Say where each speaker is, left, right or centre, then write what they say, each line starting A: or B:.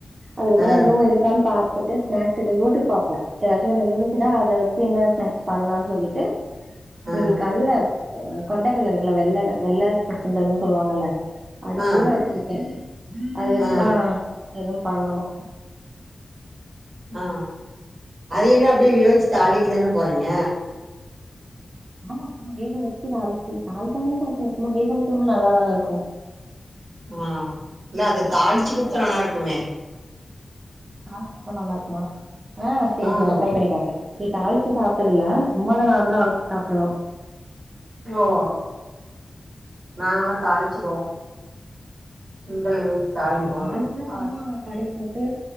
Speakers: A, on the right; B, on the right.
A: அதுக்கப்பறோ
B: ஆ
A: எதுவு இருக்கான் பா த்துட்டு ஸ்நேக்ஸ் எது யூடியூப் பாப்ப எதாச்சு ஒன்னு இருந்துச்சுன்னா அத வெச்சு என்ன ஸ்நேக்ஸ் பண்லான் சொல்லிட்டு இன்னிக்கு
B: ஆ
A: கல்ல அ கொண்டக்கல்ல இருக்குல்ல வெள்ள வெள்ள சுண்டல்னு சொல்லுவாங்கல்ல அது
B: ஆ
A: ஊற வெச்சுருக்க அது வெச்சுதா
B: ஆ
A: எதும் பண்ணனு
B: ஆ அது என்ன அப்டியே வேவுச்சு தாளிக்க தான போறீங்க
A: ஆமா சும்மா வேக வெச்சு தாளுச்சு தாளிக்காமையே சாப்புல்லா சும்மா வேக வெச்சாலு நல்லாதான இருக்கு
B: ஆ இல்ல அத தாளுச்சு குடுத்தா நல்லாருக்குமே
A: தாளுச்சு குடுத்தா நல்லாருக்குமா ஆ சேரி
B: ம்
A: சேரி நா ட்ரை பண்ணி பாக்குற ச்சி தாளுச்சு சாப்புறதில்ல சும்மாதா நார்மலா அவுச்சு சாப்புடுவோ
B: ஓ நாங்களா தாளிச்சுருவோ சுண்டல வெச்சு தாலிப்போ
A: தாளிச்சுன்னா சும்மா
B: ஆசு
A: கடுகு போட்டு